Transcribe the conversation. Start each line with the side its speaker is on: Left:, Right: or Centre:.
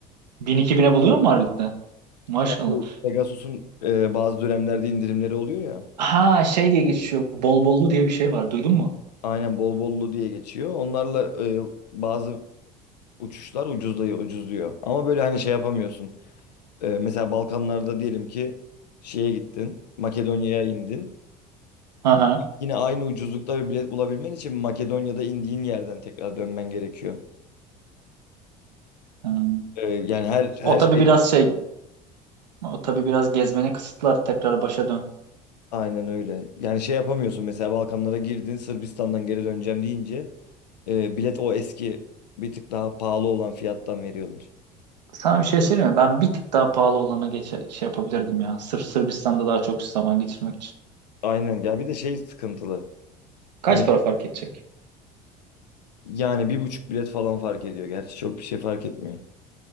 Right: Bin iki bine buluyor mu harbiden? Maşallah.
Left: Ya bu Pegasus'un e, bazı dönemlerde indirimleri oluyor ya.
Right: Ha şey diye geçiyor. Bol bollu diye bir şey var. Duydun mu?
Left: Aynen bol bollu diye geçiyor. Onlarla e, bazı uçuşlar ucuzluyor, ucuzluyor. Ama böyle hani şey yapamıyorsun. E, mesela Balkanlarda diyelim ki şeye gittin, Makedonya'ya indin.
Right: Aha.
Left: Yine aynı ucuzlukta bir bilet bulabilmen için Makedonya'da indiğin yerden tekrar dönmen gerekiyor.
Right: Hmm.
Left: Ee, yani her her
Right: O tabii
Left: şey
Right: biraz şey. O tabii biraz gezmene kısıtlar. Tekrar başa dön.
Left: aynen öyle. Yani şey yapamıyorsun mesela Balkanlara girdin Sırbistan'dan geri döneceğim deyince e, bilet o eski bir tık daha pahalı olan fiyattan veriyorlar.
Right: Sana bir şey söyleyeyim mi? Ben bir tık daha pahalı olana geçe, şey yapabilirdim ya. Sırf Sırbistan'da daha çok zaman geçirmek için.
Left: Aynen ya bir de şey sıkıntılı.
Right: Kaç
Left: Hani
Right: para fark edecek?
Left: yani bir buçuk bilet falan fark ediyor. Gerçi çok bir şey fark etmiyor.